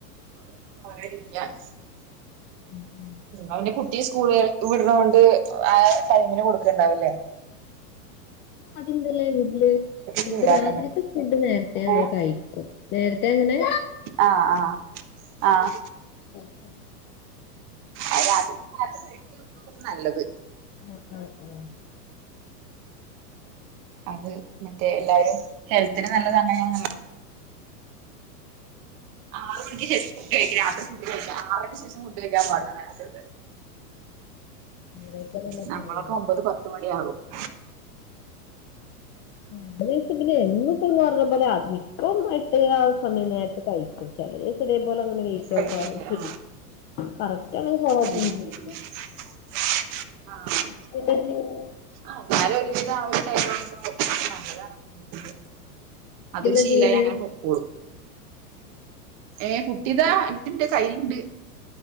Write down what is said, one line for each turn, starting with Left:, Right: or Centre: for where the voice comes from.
Right: <unintelligible>
Left: ഉം
Right: അവന്റെ കുട്ടിയെ സ്കൂളുകൾ വിടണൊണ്ട് ആ ൈമിന് കൊടുക്കണ്ടാവല്ലേ
Left: അതിന്തല്ലേ വല്
Right: ശീലാക്കണ്ടേ
Left: ഫ രാത്രിക്ക് ഫുഡ് നേരത്തെ അങ്ങനെ
Right: ഏഹ്
Left: കഴിക്കും നേരത്തെ അങ്ങനെ
Right: ആ ആ ആ
Left: ആക്ക
Right: അ രാത്രിത്ത കഴിക്കന്നക്കെ നല്ലത്
Left: ഹഹഹ
Right: അത് മറ്റേ എല്ലാവാരും ഹെൽത്തിന് നല്ലതാണ് ഞാൻ ആറ് മണിക്ക് ശേഷം ഫുഡ് കഴിക്ക രാത്രി ഫുഡ്ഴിക്കുക ആറക്ക് ശം ഫുഡ് കഴാൻാടില്ല രാത്രി
Left: അങ്ങനെയൊക്കെയാണല്ലോ
Right: നമ്മളൊക്കെ
Left: പറയല്
Right: ഒമ്പത് പത്ത് മണിയാകും <inaudible>
Left: അം പിന്നെ എിപ്പോന്ന് പറഞ്ഞ പോലെ അത്മപ്പം മട്ട ആ സമയായിട്ട് കഴിക്കും ച പോലെ അങ്ങനെ വീറ്റ്ക്ക
Right: കഴിക്കില്ലേ
Left: ചെയ്യും
Right: ആ
Left: കറക്റ്റ് അങ്ങനെഴപ്പൊും
Right: ഇല്ല
Left: ചെയല്ല
Right: ഉം <inaudible>
Left: <inaudible>
Right: ആഹ് ആഹ് <unintelligible> അതൊരു
Left: എന്താ
Right: ശീലാ
Left: ചെയ്യണേ
Right: യി അങ്ങനെ പൊക്കോളൂ ഏ കുട്ടിതാ അതിന്റെ കയില്ണ്ട്